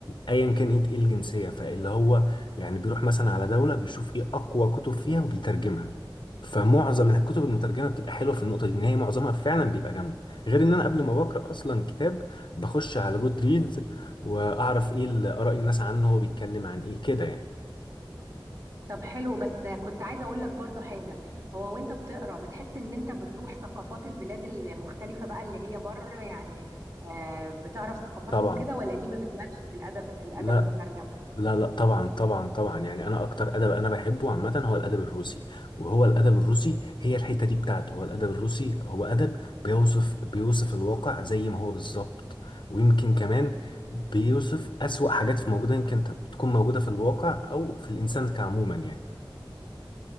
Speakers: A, on the left; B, on the right.
A: أيا كان إيه إيه الجنسية فاللي هو يعني بيروح مثلا على دولة بيشوف إيه أقوى كتب فيها وبيترجمها فمعظم الكتب المترجمه بتبقى حلوه في النقطه دي ان هي معظمها فعلا بيبقى جامد غير ان انا قبل ما بقرا اصلا كتاب بخش على جود ريدز واعرف ايه ال- اراء الناس عنه هو بيتكلم عن ايه كده يعني
B: طب حلو بس كنت عايزة اقول لك برضو حاجة هو وانت بتقرا بتحس ان انت بتروح ثقافات البلاد المختلفة بقى اللي هي بره يعني آه بتعرف ثقافاتهم
A: طبعا
B: وكده ولا دي ما بتبانش في الادب الادب
A: لا
B: المترجم
A: لا لا طبعا طبعا طبعا يعني انا اكتر ادب انا بحبه عامه هو الادب الروسي وهو الادب الروسي هي الحته دي بتاعته هو الادب الروسي هو ادب بيوصف بيوصف الواقع زي ما هو بالظبط ويمكن كمان بيوصف اسوأ حاجات في موجوده يمكن ت- تكون موجوده في الواقع او في الانسان كعموما يعني